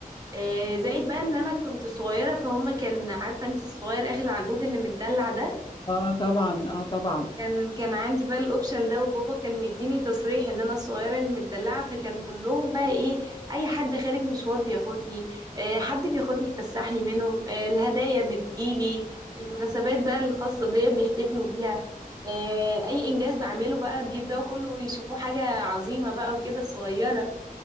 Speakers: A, on the right; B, on the left.
A: آه، زائد بقى ان انا كنت صغيره فهم كان عارفه انت الصغير اخر العنقود اللي متدلع ده
B: اه طبعا اه طبعا
A: كان كان عندي بقى الاوبشن ده وبابا كان مديني تصريح ان انا الصغيره المدلعه فكان كلهم بقى ايه اي حد خارج مشوار بياخدني آه حد بياخدني يفسحني منهم آه الهدايا بتجيلي المناسبات بقى الخاصه بيا بيحتفلوا بيها آه اي انجاز بعمله بقى بيبداوا كله يشوفوه حاجه عظيمه بقى وكده الصغيره